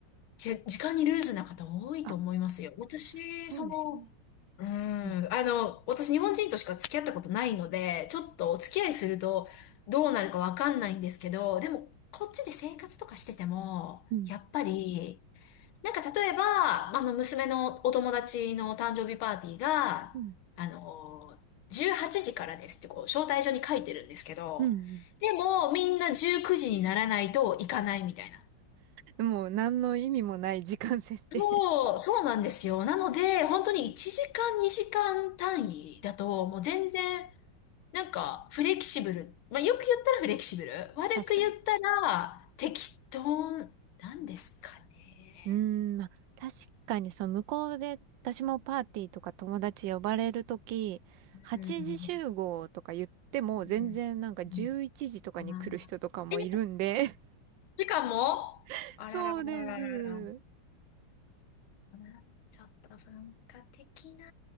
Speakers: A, on the left; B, on the right.
A: け時間にルーズな方多いと思いますよ。
B: あ、
A: 私、
B: そうですよね。
A: その、うん、
B: うん。
A: あの、私日本人としか付き合ったことないので、ちょっとお付き合いするとどうなるかわかんないんですけど、でもこっちで生活とかしてても、
B: うん。
A: やっぱりなんか例えば、あの、娘のお友達の誕生日パーティーが、
B: うん。
A: あの、18時からですってこう、招待状に書いてるんですけど、
B: うん。
A: でも、みんな19時にならないと行かないみたいな。
B: もう何の意味もない時間設定
A: そう、そうなんですよ。なので、本当に1時間、2時間単位だと、もう全然、なんか、フレキシブル。まあ、よく言ったらフレキシブル。悪く言ったら、
B: 確かに。
A: 適当なんですかね。
B: うーん、まあ、確かに、そう、向こうで、私もパーティーとか友達呼ばれるとき、8時集合とか言っても、
A: うん。うん。
B: 全然なんか11時とかに来る人とかもいるんで。
A: うんあーえ、時間もあららららららら。
B: <laughs> そうです。
A: あーちょっと文化的な。